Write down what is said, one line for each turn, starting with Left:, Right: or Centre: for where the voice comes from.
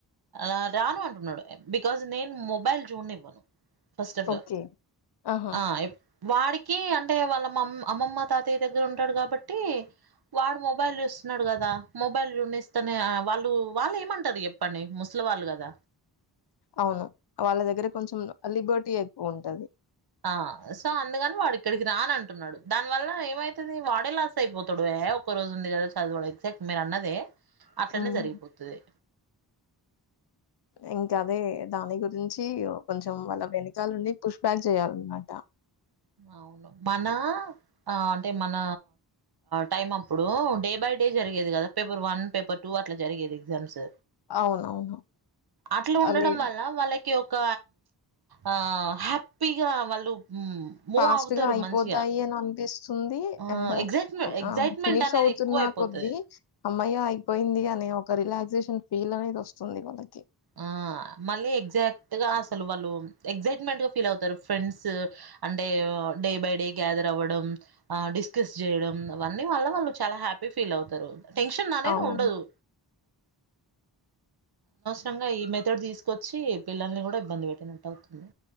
Right: అ రాను అంటున్నాడు బికాజ్ నేను మొబైల్ జోన్ ఇవ్వను ఫస్ట్ ఆఫ్
Left: ఓకే
Right: ఆల్
Left: ఆహా!
Right: ఆ వాడికి అంటే వాళ్ళ మా అమ్మమ్మ తాతయ్య దగ్గర ఉంటాడు కాబట్టి వాడు మొబైల్ ఇస్తున్నాడు కదా మొబైల్ ర ఇస్తనే వాళ్ళు వాళ్ళు ఏమంటారు చెప్పండి ముస్లిం వల్గాద
Left: అవును వాళ్ళ దగ్గర కొంచెం లిబర్టీ ఎక్కువ ఉంటది
Right: ఆ సో అందుగాని వాడు ఇక్కడికి రాని అంటున్నాడు దాని వల్ల ఏమైతుది వాడే లాస్ అయిపోతాడు ఒక్క రోజు ఉంది కదా చదవడం ఎగ్జాక్ట్ మీరు అన్నదే అట్లనే
Left: హ్మ్.
Right: జరిగిపోతుంది
Left: ఇంకా అదే దాని గురించి కొంచెం వాళ్ళ వెనుకాల ఉండి పుష్ బక్ జయల్నాడా
Right: అవును మన అంటే మన టైం అప్పుడు డే బై జరిగది కదా పేపర్ వన్ పేపర్ టూ అట్లా జరిగేది ఎగ్జామ్స్
Left: అవునవును.
Right: అట్లా
Left: ఆహ్,
Right: ఉండడం
Left: లేదు
Right: వల్ల వాళ్ళ ఒక ఆ హ్యాపీగా వాళ్ళు మూవ్
Left: ఫాస్ట్
Right: అవుతారు
Left: గా అయిపోతాయి
Right: మంచిగా
Left: అని అనిపిస్తుంది
Right: ఆ
Left: అండ్
Right: ఎగ్జైట్మె ఎగ్జైట్మెంట్
Left: ఫినిష్
Right: అనేది
Left: అవుతున్నా
Right: ఎక్కువ
Left: నా
Right: అయిపోతది
Left: కొద్ద్దీ అమ్మయ్య అయిపోయింది అనే ఒక రిలాక్సేషన్ ఫీల్ అనేది వస్తుంది వాళ్ళకి
Right: ఆ మళ్ళీ ఎగ్జాక్ట్ గా అసలు వాళ్ళు ఎక్ట్మెంట్ గా ఫీల్ అవుతారు ఫ్రెండ్స్ అంటే డే బై డే గ్యాదర్ అవ్వడం డిస్కస్ చేయడం అవన్నీ వల్ల వాళ్ళు చాలా హ హ ఫీల్ అతారు టెన్షన్ అనేది
Left: అవును.
Right: ఉండదుే కంగా ఈ మెథడ్ తీసుకొచ్చి పిల్లల్ని కూడా ఇబ్బంది పెట్టినట్టు అవుతుంది